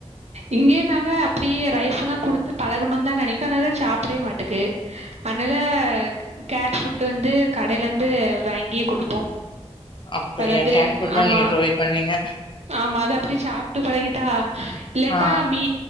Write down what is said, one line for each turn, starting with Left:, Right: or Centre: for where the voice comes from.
Right: இங்கேய நாங்க அப்டியே ரைஸ்ல்லா குடுத்து பழகணுந்தா நெனக்கு அதுனாலதா சாப்புடவே மாட்டேக்கு அதனால கேட் ஃபுட் வந்து கடையில இருந்து வாங்கி குடுப்போ
Left: அப்படியா
Right: பெறந்து
Left: கேட் ஃபுட் தா
Right: ஆமா
Left: நீங்க ப்ரொவைட் பண்ணுவீங்க
Right: ஆமா அத அப்டி சாப் ட்டு பழகிட்டா இல்லட்டா
Left: ஆ
Right: மீ